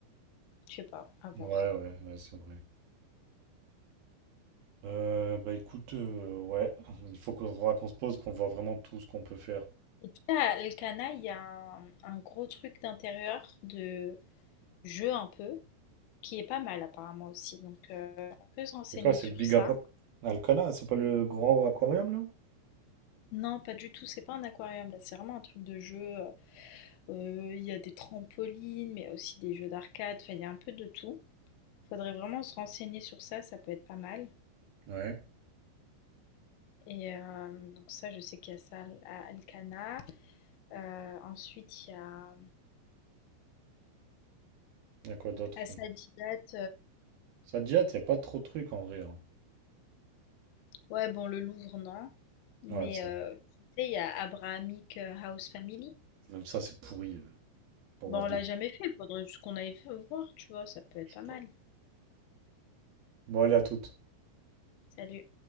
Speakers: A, on the left (about 80°); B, on the right (about 60°).
A: Je sais pas, à voir.
B: ouais, ouais, ouais, c'est vrai. Euh, bah écoute, euh, ouais, il faut qu'on faudra qu'on se pose, qu'on voit vraiment tout ce qu'on peut faire.
A: Et puis à Elkana, il y a un, un gros truc d'intérieur, de jeu un peu, qui est pas mal apparemment aussi. Donc euh, on peut se renseigner
B: C'est quoi, c'est
A: sur
B: le Big
A: ça.
B: Apple? Alcana, c'est pas le grand aquarium là?
A: Non, pas du tout, c'est pas un aquarium là, c'est vraiment un truc de jeu. Euh, Il y a des trampolines, mais il y a aussi des jeux d'arcade, enfin il y a un peu de tout. Faudrait vraiment se renseigner sur ça, ça peut être pas mal.
B: Ouais.
A: Et euh, donc ça, je sais qu'il y a ça à Elkana. Euh, ensuite, il y a
B: Il y a quoi d'autre?
A: à Sadiat.
B: Je- Ça te jette, il n'y a pas trop de trucs en vrai. hein.
A: Ouais, bon, le Louvre, non. Mais
B: Ouais, ça.
A: euh, tu sais, il y a Abrahamic euh, House Family.
B: Même ça, c'est pourri euh, pour
A: Bon,
B: voir des.
A: on l'a jamais fait, faudrait juste qu'on aille f- voir, tu vois, ça peut être
B: Je
A: pas
B: sais
A: mal.
B: pas. Bon, allez, à toutes.
A: Salut.